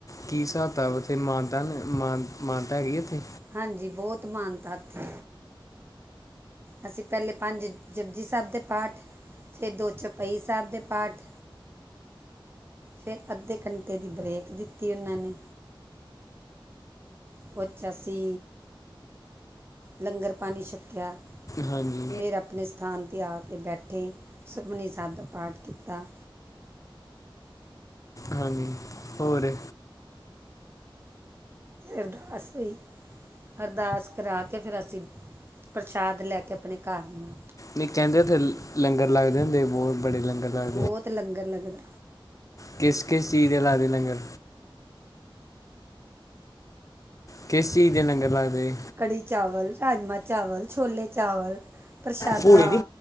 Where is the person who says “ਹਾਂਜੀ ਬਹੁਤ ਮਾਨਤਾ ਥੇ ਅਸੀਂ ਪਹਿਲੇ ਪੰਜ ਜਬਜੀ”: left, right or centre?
Right